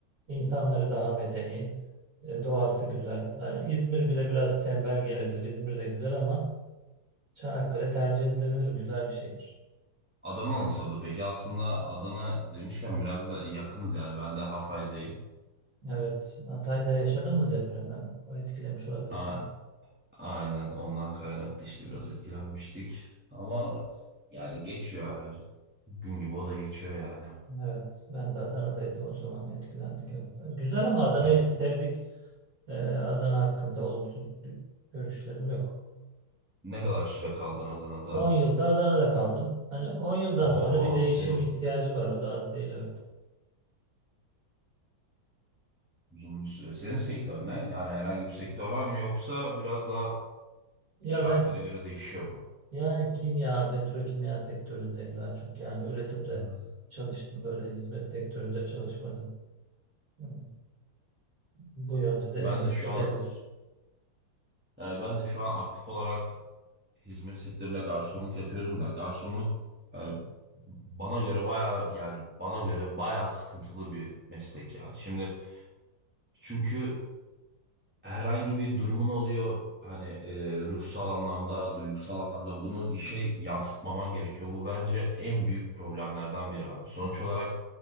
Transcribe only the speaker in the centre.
Adana nasıldı peki? Aslında Adana demişken biraz da yakınız yani ben de Hatay'dayım.
A aynen ondan kaynaklı işte biraz etkilenmiştik. Ama yani geçiyor her gün gibi o da geçiyor yani.
Yani
ne kadar süre kaldın Adana'da?
O
az
değil mi?
Uzun bir süre. Senin sektör ne? Yani herhangi bir sektör var mı yoksa biraz daha
şartlara
göre değişiyor mu?
Hmm.
Ben de şu
an yani ben de şu an aktif olarak hizmet sektöründe garsonluk yapıyorum da garsonluk yani bana göre bayağı yani bana göre bayağı sıkıntılı bir meslek ya. Şimdi çünkü herhangi bir durumun oluyor hani e, ruhsal anlamda, duygusal anlamda bunu işe yansıtmaman gerekiyor. Bu bence en büyük problemlerden biri abi. Sonuç olarak